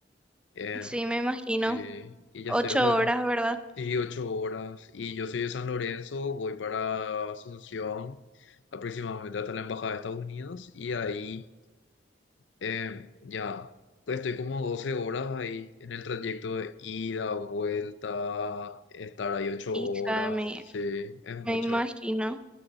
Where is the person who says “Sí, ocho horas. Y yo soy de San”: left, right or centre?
Left